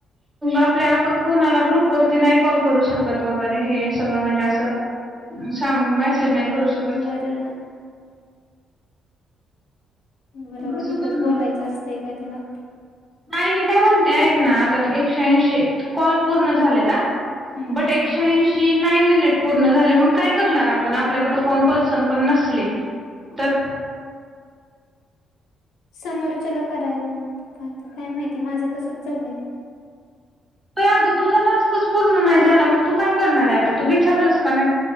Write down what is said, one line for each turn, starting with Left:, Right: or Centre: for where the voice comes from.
Right: आपल्या आपण कोणाला ग्रुप वरती नाय कॉल करू शकत वगैरे, हे सगळं म्हणजे असं सांग म्यासेज नाय करू शकत
Left: तर बरोबर
Right: कसं
Left: हिथंच
Right: करणार?
Left: बोलायचं असतय काय तुला?
Right: नाही मी काय म्हणते ऐक ना, आता एकशे ऐंशी कॉल पूर्ण झालेत हं
Left: हम्म
Right: बट एकशे ऐंशी नाही मिनिट पूर्ण झाले मग काय करणार आपण? आपल्याकडं कोण पर्सन पण नसले तर.
Left: समोरच्याला करायला, पण आता काय माहिती माझं तसंच झालंय.
Right: बया अगं तुझा टास्कच पूर्ण नाय झाला मग तू काय करणार आहे आता तू विचारलंस का नाय?